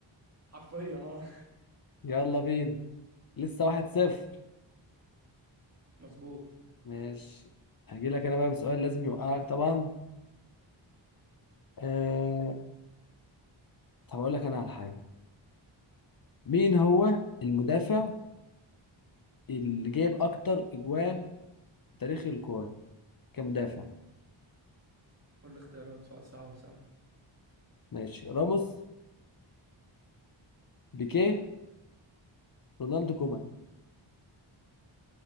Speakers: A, on the right; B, on the left.
A: حرفيا اه
B: يلا بينا لسه واحد صفر
A: <laughs> مظبوط
B: ماشي هجي لك انا بقى بسؤال لازم يوقعك طبعا آه... طب اقول لك انا على حاجة مين هو المدافع اللي جايب اكتر اجوان في تاريخ الكورة كمدافع
A: قول لي اختيارات سؤال صعب بصراحه
B: ماشي راموس بيكيه رونالدو كومان